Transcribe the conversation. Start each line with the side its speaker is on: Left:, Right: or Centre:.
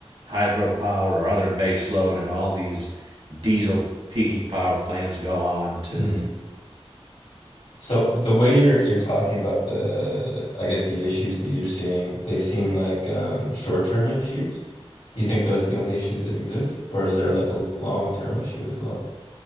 Right: hydropower or other base load, and all these diesel peaking power plants go on to
Left: hmm So the way you're you're talking about the, I guess the issues that you're seeing, they seem like um, short-term issues. Do you think those are the only issues that exist, or is there like a long-term issue as well?